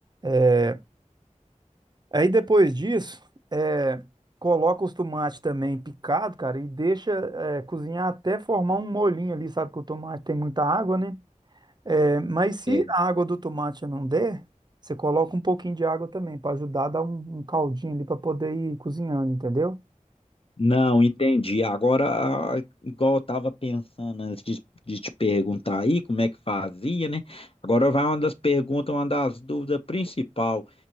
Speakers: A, on the right; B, on the left.
A: É, Aí depois disso, é, coloca os tomates também picado, cara, e deixa é, cozinhar até formar um molhinho ali, sabe que o tomate tem muita água, né? É, mas se
B: É.
A: a água do tomate não der, você coloca um pouquinho de água também, para ajudar a dar um, um caldinho ali para poder ir cozinhando, entendeu?
B: Não, entendi. Agora, ah, igual eu tava pensando antes de, de te perguntar aí como é que fazia, né? Agora vai uma das perguntas, uma das dúvidas principal.